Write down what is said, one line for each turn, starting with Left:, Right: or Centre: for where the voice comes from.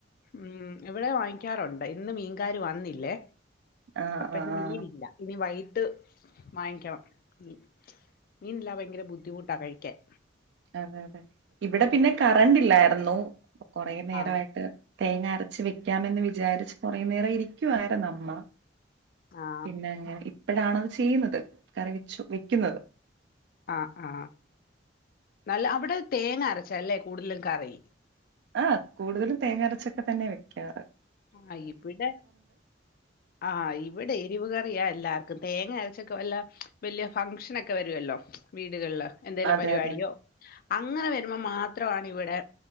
Left: ഉം ഇവടെ വാങ്ങിക്കാറോണ്ട് ഇന്ന് മീൻകാര് വന്നില്ലേ
Right: ആ
Left: അപ്പം
Right: ആ
Left: ഇന്ന്
Right: ആ
Left: മീനില്ല ഇനി വൈ ഇട്ട് വായ്ക്കണം മീൻ മീനല്ലാതെ ഭയങ്കര ബുദ്ധിമുട്ടാ കഴിക്കൻ
Right: ആാ <unintelligible> ഇവടെ പിന്നെ കറണ്ട് ഇല്ലാര്ന്നു കൊറേ നേരായിട്ട്
Left: ആ
Right: തേങ്ങ അരച്ച് വെക്കാമെന്ന് വിചാരിച്ച് കൊറേ നേരം ഇരിക്ക്യാലൾവാര്ന്ന് അമ്മ
Left: ആ
Right: പിന്നെ അങ്ങനെ ഇപ്പഴാണത് ചെയ്യ്ന്നാത് കറി വച്ചു വെക്കുന്നത്
Left: ആാ ആാ നല്ല അവടെ തേങ്ങ അരച്ചാല്ലേ കൂട്ല്ലും കറി
Right: ആ കൂടുതലും തേങ്ങ അരച്ചൊക്കെ തന്നെയാ വെക്ക്യാറ്
Left: ആാ ഇവടെ ആാ ഇവടെ എരിവ് കറിയാ എല്ലാർക്കും തേങ്ങ അരച്ചൊക്കെ വല്ലാ വല്ല്യായ ഫംഷനാക്കെ വെരുവാല്ലോ വീട്കളില് എന്തേലും
Right: അതെ
Left: പരിപാടിയോ
Right: അതെ
Left: അങ്ങനെ വരുമ്പോം മാത്രം ആണ് ഇവടെ